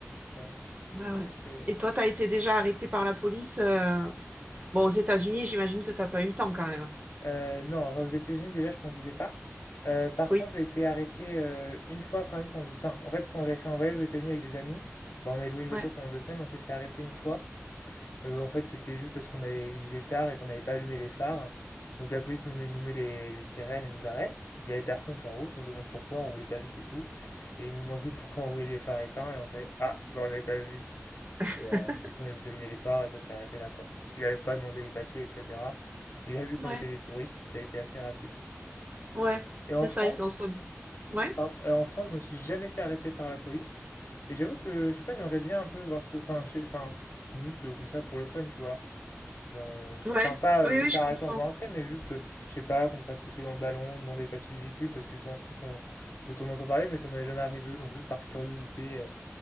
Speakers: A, on the left; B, on the right.
A: Ouais.
B: Ouais, ouais.
A: ouais, c'est-
B: Et toi, t'as été déjà arrêté par la police. euh, Bon, aux États-Unis, j'imagine que t'as pas eu le temps quand même.
A: Euh, non, aux États-Unis, déjà, je conduisais pas. Euh, par
B: Oui,
A: contre, j'ai été arrêté euh, une fois quand même quand on était- enfin, en fait, quand j'avais fait un voyage aux États-Unis avec des amis, bah, on avait loué une voiture
B: ouais,
A: pendant deux semaines, on s'est fait arrêter une fois. Euh, en fait, c'était juste parce qu'on avait... il faisait tard et qu'on n'avait pas allumé les phares. Donc la police nous met, nous met les, les sirènes et nous arrête. Il y avait personne sur la route, on se demande pourquoi, on roulait pas vite et tout. Et ils nous demandaient pourquoi on roulait les phares éteints et on fait Ah, bah, on n'avait pas vu.
B: <laughs>
A: Et, euh, du coup, on a juste allumé les phares et ça s'est arrêté là, quoi. Il a même pas demandé les papiers, etc. Il a vu
B: ouais,
A: qu'on était des touristes, ça a été assez rapide.
B: ouais.
A: Et en
B: C'est
A: France,
B: ça, ils sont so Ouais,
A: pardon, euh, en France, je me suis jamais fait arrêter par la police. Et j'avoue que, je sais pas, j'aimerais bien un peu voir ce que, enfin, je sais- enfin, juste euh, comme ça pour le fun, tu vois. Genre, euh,
B: ouais,
A: enfin, pas euh,
B: oui,
A: me
B: oui,
A: faire
B: je comprends.
A: arrêter en faisant un crime, mais juste, euh, je sais pas, qu'on me fasse souffler dans le ballon, demander les papiers du véhicule, parce que c'est un truc qu'on- dont on entend parler, mais ça m'avait jamais arrivé, donc juste par curiosité. euh,